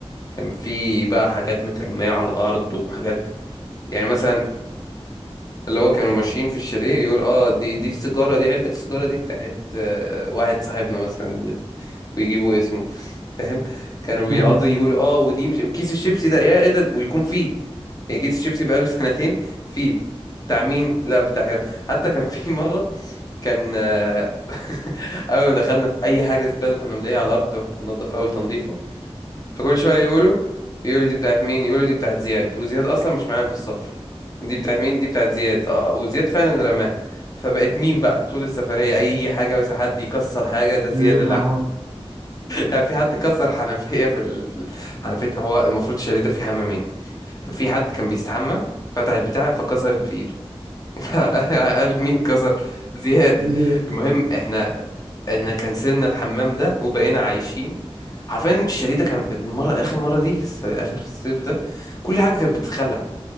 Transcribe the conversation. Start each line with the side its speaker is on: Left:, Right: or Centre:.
Left: كان في بقى حاجات مترميه على الارض وحاجات يعني مثلا اللي هو كانوا ماشيين في الشاليه يقول اه دي دي السيجاره دي علبه السيجاره دي بتاعت آه، واحد صاحبنا مثلا بيجيبوا اسمه فاهم كانوا بيقعدوا
Right: <laughs>
Left: يقولوا اه ودي مش وكيس الشيبسي ده يا ايه ده ويكون فيه يعني كيس الشيبسي بقاله <laughs> سنتين فيه بتاع مين لا بتاع كذا حتى كان في مره كان آه، <laughs> اول ما دخلنا في اي حاجه زباله كنا بنلاقيها على الارض واحنا بننضف اول تنظيفه فكل شويه يقولوا يقولوا دي بتاعت مين يقولوا دي بتاعت زياد وزياد اصلا مش معانا في السفر دي بتاعت مين دي بتاعت زياد اه آه، وزياد فعلا رماها فبقت مين بقى طول السفريه اي حاجه بس حد يكسر حاجه ده زياد
Right: زياد العمر
Left: يعني في حد كسر حنفية في ال... في ال- حنفية هو المفروض الشاليه ده فيه حمامين ففي حد كان بيستحمى فتح البتاع فكسرت في ايده <laughs> فقال مين كسر زياد
Right: زياد
Left: المهم احنا احنا كنسلنا الحمام ده وبقينا عايشين عارفين الشاليه ده كان المرة آخر مرة دي الس- آخر الصيف ده كل حاجة كانت بتتخلع